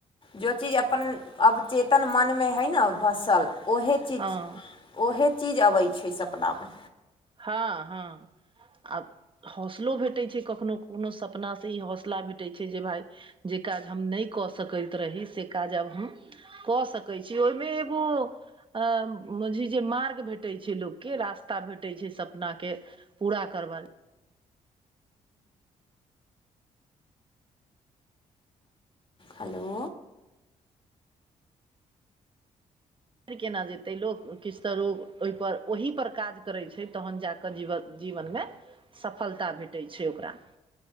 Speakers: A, on the left (about 30°); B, on the right (about 30°).
A: जो चीज अपन अवचेतन मनमे हइ ने भसल ओहे चीज
B: हँ
A: ओहे चीज अबै छै सपनामे
B: हँ हँ आ हौसलो भेटै छै कखननो कोनो सपनासँ ई हौसला भेटै छै जे भाय जे काज हम नहि कऽ सकैत रही से काज आब हम कऽ सकै छी ओहिमे एगो अ बुझी जे मार्ग भेटे छै लोक के रास्ता भेट सपना के पूरा करबाक
A: हेलो
B: केना जेतै लोक किछु तऽ लोग ओहिप ओहि पर काज करै छै तहन जाकऽ जीवन जीवनमे सफलता भेटै छै ओकरा